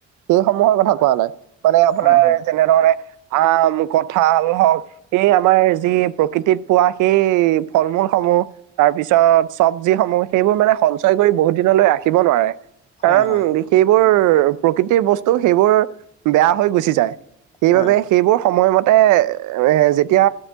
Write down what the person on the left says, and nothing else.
হয় হয়
হয় হয়
হয়